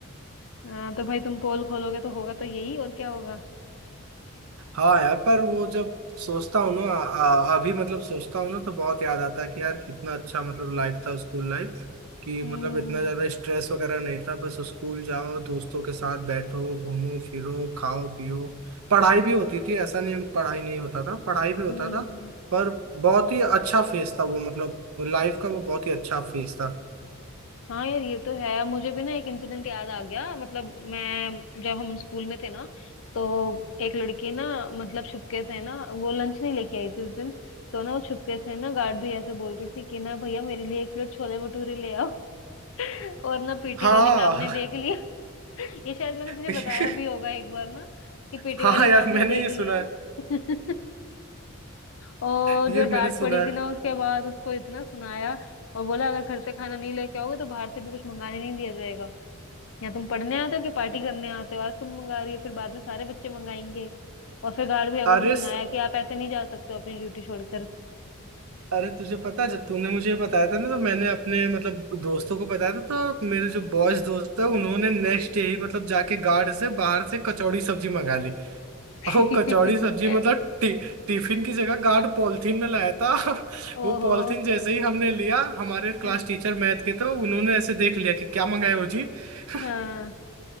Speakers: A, on the left; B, on the right.
A: हाँ तो भाई तुम पोल खोलोगे तो होगा तो यही और क्या होगा
B: हाँ यार पर वो जब सोचता हूँ ना आ- आ- अभी मतलब सोचता हूँ ना तो बहुत याद आता है कि यार कितना अच्छा मतलब लाइफ था स्कूल लाइफ कि
A: हम्म
B: मतलब इतना ज्यादा स्ट्रेस वगैरह नहीं था बस स्कूल जाओ दोस्तों के साथ बैठो घूमो फिरो खाओ पियो पढ़ाई भी होती थी ऐसा नहीं पढ़ाई नहीं होता था पढ़ाई भी होता
A: हम्म
B: था पर बहुत ही अच्छा फेज था वो मतलब लाइफ का वो बहुत ही अच्छा फेज था
A: हाँ यार ये तो है मुझे भी ना एक इंसिडेंट याद आ गया मतलब मैं जब हम स्कूल में थे ना तो एक लड़की ना मतलब छुपके से ना वो लंच नहीं लेके आई थी उस दिन तो ना वो छुपके से ना गार्ड भैया से बोल रही थी कि ना भैया मेरे लिए एक प्लेट छोले भटूरे ले आओ <laughs> और ना पीटी
B: हाँ
A: वाली मैम ने देख लिया <laughs> ये शायद मैंने तुझे
B: <laughs>
A: बताया भी होगा एक बार ना कि पीटी
B: हाँ
A: वाली मैम
B: यार
A: ने
B: मैंने
A: देख
B: ये
A: लिया
B: सुना है
A: <laughs> और
B: ये
A: जो
B: मैंने
A: डांट
B: सुना
A: पड़ी
B: है
A: थी ना उसके बाद उसको इतना सुनाया और बोला अगर घर से खाना नहीं लेके आओगे तो बाहर से भी कुछ मंगाने नहीं दिया जाएगा या तुम पढ़ने आते हो कि पार्टी करने आते हो आज तुम मंगा रही हो फिर बाद में सारे बच्चे मंगाएंगे और फिर गार्ड भैया
B: अरे
A: को भी सुनाया कि आप ऐसे नहीं जा सकते हो अपनी ड्यूटी छोड़कर
B: अरे तुझे पता जब तूने मुझे बताया था ना तो मैंने अपने मतलब दोस्तों को बताया था तो मेरे जो बॉयज दोस्त था उन्होंने नेक्स्ट डे ही मतलब जाके गार्ड से बाहर से कचौड़ी सब्जी मंगा ली
A: <laughs>
B: और वो कचौड़ी सब्जी मतलब टि, टिफिन की जगह गार्ड पॉलिथीन में लाया था <laughs> वो
A: ओहो
B: पॉलिथीन जैसे ही हमने लिया हमारे क्लास
A: हाँ
B: टीचर मैथ के तो उन्होंने ऐसे देख लिया कि क्या मंगाया हो जी <laughs>
A: हाँ,